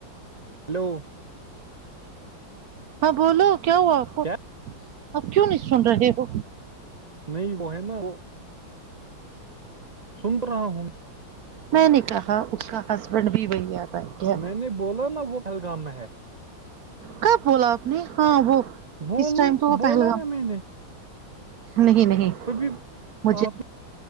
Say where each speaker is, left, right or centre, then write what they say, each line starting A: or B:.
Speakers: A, on the right (about 85°); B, on the right (about 65°).
A: ہلو
B: ہاں بولو کیا ہوا آپ کو
A: کیا
B: اب کیوں نہیں سن رہے ہو
A: نہیں وہ ہے نا وہ سنٹ رہا ہوں
B: میں نے کہا اس کا ہسبینڈ بھی وہی آتا ہے کیا
A: میں نے بولا نا وہ پہلگام میں ہے
B: کب بولا آپ نے ہاں وہ
A: بول
B: اس ٹائم تو وہ
A: بولا
B: پہلگام
A: نا میں نے
B: نہیں نہیں
A: توبھی
B: مجھے
A: آپ